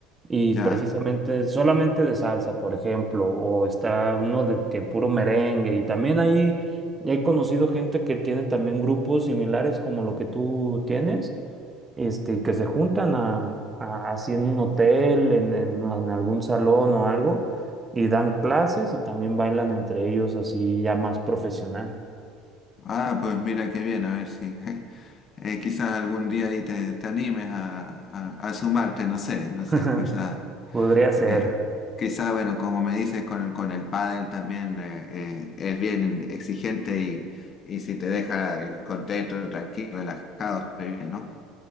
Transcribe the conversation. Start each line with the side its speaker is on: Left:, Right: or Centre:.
Right: y
Left: Ya.
Right: precisamente solamente de salsa, por ejemplo, o está uno de que puro merengue y también ahí he conocido gente que tiene también grupos similares como lo que tú tienes este, que se juntan a, a- así en un hotel, en, en- en algún salón o algo, y dan clases y también bailan entre ellos así ya más profesional.
Left: Ah, pues mira qué bien, a ver si <laughs> eh, quizás algún día ahí te, te animes a, a- a sumarte, no sé, no
Right: <laughs>
Left: sé, quizás,
Right: Podría ser.
Left: eh, quizás, bueno, como me dices, con el, con el pádel también eh, eh, es bien exigente y, y si te deja eh, contento, tranquilo, relajado, está bien, ¿no?